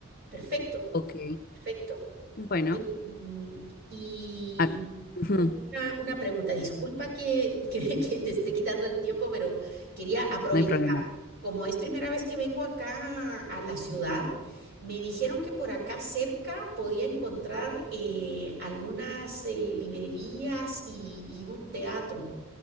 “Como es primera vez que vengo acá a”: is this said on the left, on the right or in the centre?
Right